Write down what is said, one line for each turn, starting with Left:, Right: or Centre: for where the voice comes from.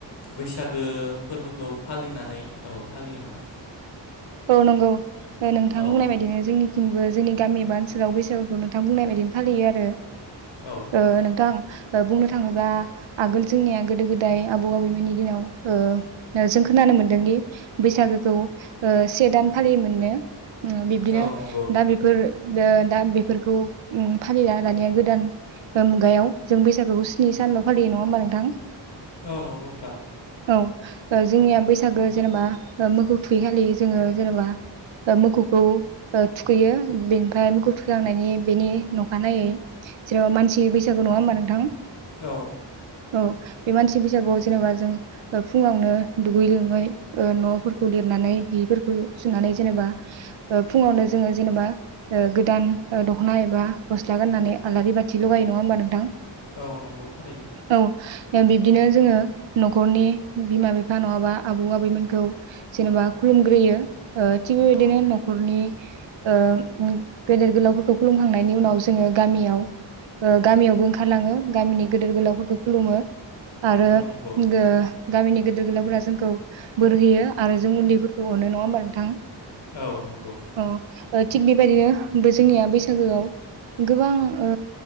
Left: बैसागो फोरबोखौ फालिनानै। औ फालियो नामा।
Right: औ नंगौ। नोंथां
Left: औ
Right: बुंनाय बायदिनो जोंनिथिंबो जोंनि। गामि एबा ओनसोलाव बैसागुखौ नोंथां बुंनाय बायदिनो फालियो आरो।
Left: औ
Right: ओ नोंथां ओ बुंनो थाङोबा आगोल जोंनिया गोदो गोदाय आबौ आबैमोननि दिनाव ओ जों खोनानो मोनदोंदि बैसागोखौ से दान फालियो मोननो बिब्दिनो
Left: औ नंगौ
Right: दा बेफोर ओ दा बेफोरखौ फालिला दानिया गोदान मुगायाव जों बैसागुखौ स्नि सानल' फालियो नङा होमबा नोंथां
Left: औ नंगौ नोंथां
Right: औ ओ जोंनिया बैसागो जेनेबा मोखौ थुखै खालि जोङो जेनेबा ओ मोखौखौ थुखैयो बेनिफ्राय मोखौ थुखैहांनायनि बेनि अखानायनायै जेनेबा मानसि बैसागु नङा होमबा नोंथां
Left: औ
Right: औ बे मानसि बैसागुआव जेनेबा जों फुङावनो दुगै लोमै ओ न'फोरखौ लिरनानै बि हि सुनानै जेनेबा ओ फुङावनो जोङो जेन'बा ओ गोदान दख'ना एबा गस्ला गाननानै आलारि बाथि लगायो नङा होमबा नोंथां।
Left: औ नंगौ थारैनो
Right: औ बिब्दिनो जोङो न'खरनि बिमा बिफा नङाबा आबौ आबैमोनखौ जेनेबा खुलुम ग्रोयो ओ थिग बेबायदिनो
Left: औ
Right: न'खरनि ओ गेदेर गोलावफोरखौ खुलुमखांनायनि उनाव जोङो गामियाव ओ गामियावबो ओंखारलाङो गामिनि गेदेर गोलावफोरखौ खुलुमो आरो
Left: औ नंगौ
Right: गोओ गामिनि गेदेर गोलावफोरा जोंखौ बोर होयो आरो जों उन्दैफोर खौ अनो नङा होमबा नोंथां
Left: औ नंगौ
Right: औ थिग बेबायदिनो जोंनिया बैसागोआव गोबां ओ